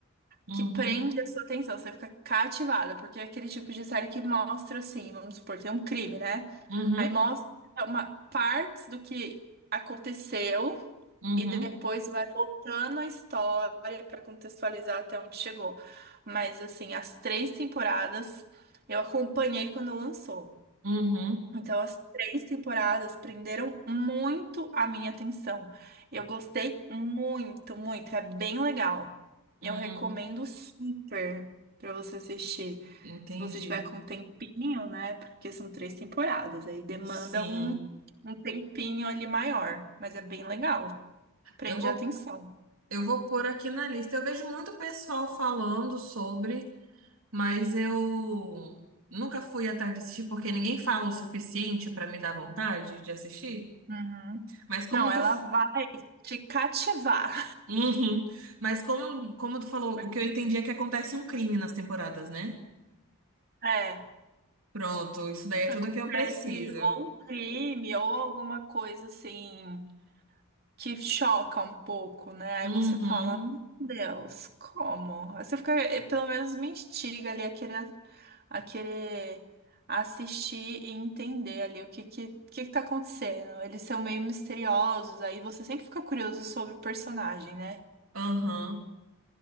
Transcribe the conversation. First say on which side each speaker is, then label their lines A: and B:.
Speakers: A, on the right; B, on the right.
A: uhum,
B: que prende a sua atenção, você fica cativada, porque é aquele tipo de série que mostra assim, vamos supor, tem um crime, né?
A: uhum,
B: Aí mostra uma partes do que aconteceu
A: uhum,
B: e depois vai voltando a história para contextualizar até onde chegou. Mas assim, as três temporadas eu acompanhei quando lançou.
A: uhum,
B: Então, as três temporadas prenderam muito a minha atenção. Eu gostei muito, muito. É bem legal. Eu
A: hum,
B: recomendo super pra você assistir.
A: entendi.
B: Se você tiver com um tempinho, né? Porque são três temporadas. Aí demanda
A: Sim,
B: um, um tempinho ali maior. Mas é bem legal. Prende
A: eu vou,
B: a atenção.
A: eu vou pôr aqui na lista. Eu vejo muito pessoal falando sobre Mas eu nunca fui atrás de assistir porque ninguém fala o suficiente pra me dar vontade de assistir.
B: Uhum.
A: Mas como
B: Não, ela
A: tu.
B: vai te cativar.
A: Uhum. Mas como, como tu falou,
B: <laughs> Porque,
A: o que eu entendi é que acontece um crime nas temporadas, né?
B: É,
A: Pronto, isso daí é
B: acontece
A: tudo que eu preciso.
B: ou um crime ou alguma coisa assim que choca um pouco, né? Aí
A: Uhum,
B: você fala, meu Deus, como? Aí você fica, eh, pelo menos me instiga ali a querer, a querer assistir e entender ali o que que, que que tá acontecendo. Eles são meio misteriosos, aí você sempre fica curioso sobre o personagem, né?
A: aham.